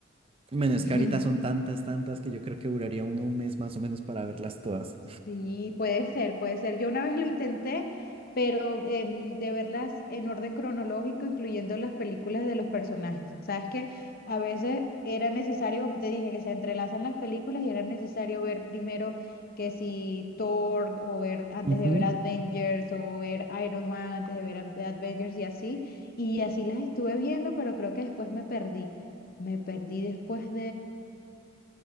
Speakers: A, on the right; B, on the left.
A: Bueno, es
B: <laughs>
A: que ahorita son tantas, tantas que yo creo que duraría uno un mes más o menos para verlas todas.
B: Sí, puede ser, puede ser. Yo una vez lo intenté, pero em, de verlas en orden cronológico, incluyendo las películas de los personajes. Sabes que a veces era necesario, como te dije, que se entrelazan las películas y era necesario ver primero que si Thor o ver antes
A: Ujú.
B: de ver Avengers o ver Iron Man antes de ver Ad- Avengers y así. Y así las estuve viendo, pero creo que después me perdí. Me perdí después